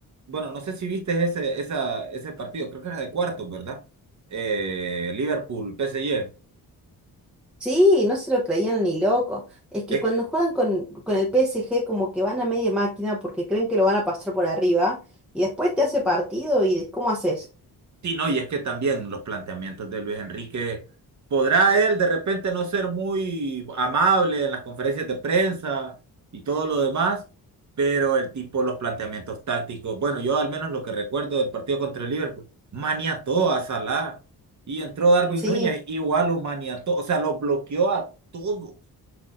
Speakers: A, on the right; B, in the centre.
A: bueno, no sé si viste ese, esa, ese partido, creo que era de cuartos, ¿verdad? Eh, Liverpool, PSG.
B: Sí, no se lo creían ni loco. Es que
A: Es
B: cuando
A: que-
B: juegan con, con el PSG como que van a media máquina porque creen que lo van a pasar por arriba y después te hace partido y ¿cómo haces?
A: sí, no, y es que también los planteamientos de Luis Enrique, podrá él de repente no ser muy amable en las conferencias de prensa y todo lo demás, pero el tipo, los planteamientos tácticos, bueno, yo al menos lo que recuerdo del partido contra el Liverpool, maniató a Salah y entró Darwin
B: Sí,
A: Núñez, igual lo maniató, o sea, lo bloqueó a todos